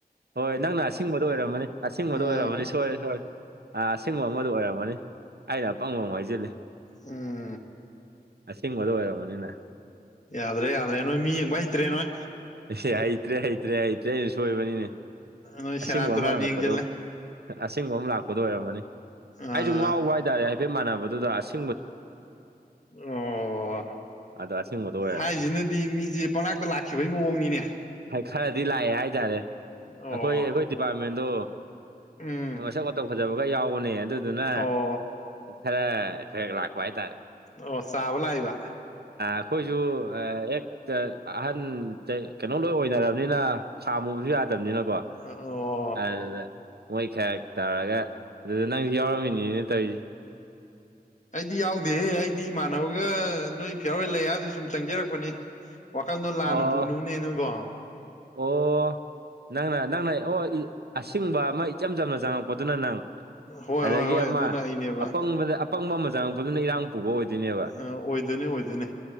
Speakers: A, on the right; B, on the left.
A: ꯍꯣꯏ ꯅꯪꯅ ꯑꯁꯤꯡꯕꯗꯣ ꯑꯣꯏꯔꯝꯃꯅꯤ ꯑꯁꯤꯡꯕꯗꯣ
B: ꯑꯥ
A: ꯑꯣꯏꯔꯝꯃꯅꯤ ꯁꯣꯏꯔꯦ ꯁꯣꯏꯔꯦ ꯑꯥ ꯑꯁꯤꯡꯕ ꯑꯃꯗꯣ ꯑꯣꯏꯔꯝꯃꯅꯤ ꯑꯩꯅ ꯑꯄꯪꯕ ꯑꯃꯨꯛ ꯍꯥꯏꯁꯤꯜꯂꯤ
B: ꯎꯝ
A: ꯑꯁꯤꯡꯕꯗꯣ ꯑꯣꯏꯔꯝꯃꯅꯤ ꯅꯪ
B: ꯌꯥꯗ꯭ꯔꯦ ꯌꯥꯗ꯭ꯔꯦ ꯅꯣꯏ ꯃꯤ ꯌꯦꯡꯕ ꯍꯩꯇ꯭ꯔꯦ ꯅꯣꯏ
A: ꯑꯦ ꯍꯩꯇ꯭ꯔꯦ ꯍꯩꯇ꯭ꯔꯦ ꯍꯩꯇ꯭ꯔꯦ ꯑꯩꯅ ꯁꯣꯏꯕꯅꯤꯅꯦ
B: ꯅꯣꯏ
A: ꯑꯁꯤꯡꯕ
B: ꯁꯦꯔꯥꯟ ꯇꯨꯔꯥꯟ
A: ꯑꯃ ꯂꯪꯉꯛꯄꯗꯣ
B: ꯌꯦꯡꯁꯤꯜꯂꯦ
A: ꯑꯁꯤꯡꯕ ꯑꯃ ꯂꯥꯛꯄꯗꯣ ꯑꯣꯏꯔꯝꯃꯅꯤ
B: ꯑꯥ
A: ꯑꯩꯁꯨ ꯉꯥꯎꯕ ꯍꯥꯏ ꯇꯥꯔꯦ ꯍꯥꯏꯐꯦꯠ ꯃꯥꯟꯅꯕꯗꯨꯗ ꯑꯁꯤ
B: ꯑꯣ
A: ꯑꯗꯣ ꯑꯁꯤꯡꯕꯗꯣ ꯑꯣꯏꯔꯝꯃꯦ
B: ꯍꯥꯏꯁꯤꯅꯗꯤ ꯃꯤꯁꯦ ꯄꯪꯂꯥꯛꯇ ꯂꯥꯛꯈꯤꯕꯒꯤ ꯃꯑꯣꯡꯅꯤꯅꯦ
A: ꯈꯔꯗꯤ ꯂꯥꯛꯑꯦ ꯍꯥꯏꯇꯥꯔꯦ
B: ꯑꯣ
A: ꯑꯩꯈꯣꯏ ꯑꯩꯈꯣꯏ ꯗꯤꯄꯥꯔꯠꯃꯦꯟꯗꯣ
B: ꯎꯝ
A: ꯃꯁꯛ ꯃꯇꯧ ꯐꯖꯕꯒ ꯌꯥꯎꯕꯅꯦ ꯑꯗꯨꯗꯨꯅ
B: ꯑꯣ
A: ꯈꯔ ꯈꯔꯒ ꯂꯥꯛꯄ ꯍꯥꯏꯇꯥꯔꯦ
B: ꯑꯣ ꯆꯥꯕ ꯂꯥꯛꯢꯕ
A: ꯑꯩꯈꯣꯏꯁꯨ ꯍꯦꯛ ꯑꯍꯟ ꯀꯩꯅꯣ ꯂꯣꯏ ꯑꯣꯏꯅꯔꯕꯅꯤꯅ ꯈꯥꯝꯃꯨꯕꯁꯨ ꯌꯥꯗꯕꯅꯤꯅꯀꯣ
B: ꯑ ꯑꯣ
A: ꯑꯗꯨꯗ ꯃꯣꯏ ꯈꯔ ꯇꯧꯔꯒ ꯑꯗꯨꯗ ꯅꯪꯁꯨ ꯌꯥꯎꯔꯝꯃꯤꯅꯤꯅꯦ ꯇꯧꯏꯁꯦ
B: ꯑꯩꯗꯤ ꯌꯥꯎꯗꯦꯍꯦ ꯑꯩꯗꯤ ꯏꯃꯥꯟꯅꯕꯒ ꯅꯣꯏ ꯐꯤꯌꯥꯔꯋꯦꯜ ꯂꯩ ꯍꯥꯕꯗꯨꯗ ꯁꯨꯝ ꯆꯪꯖꯔꯛꯄꯅꯤ ꯋꯥꯈꯜꯗꯣ ꯂꯥꯟꯅ
A: ꯑꯣ
B: ꯄꯨꯅꯨꯅꯦ ꯅꯪꯕꯣ
A: ꯑꯣ ꯅꯪꯅ ꯅꯪꯅ ꯑꯣ ꯑꯁꯤꯡꯕ ꯑꯃ ꯏꯆꯝ ꯆꯝꯅ ꯆꯪꯉꯛꯄꯗꯨꯅ ꯅꯪ
B: ꯍꯣꯏ
A: ꯑꯗꯒꯤ
B: ꯍꯣꯏ ꯍꯣꯏ
A: ꯑꯃ
B: ꯑꯗꯨꯅ ꯑꯩꯅꯦꯕ
A: ꯑꯄꯪꯕꯗ ꯑ ꯑꯄꯪꯕ ꯃ ꯆꯥꯡꯉꯛꯄꯗꯨꯅ ꯏꯔꯥꯡ ꯄꯨꯕ ꯑꯣꯏꯗꯣꯏꯅꯦꯕ
B: ꯑꯣꯏꯗꯣꯏꯅꯦ ꯑꯣꯏꯗꯣꯏꯅꯦ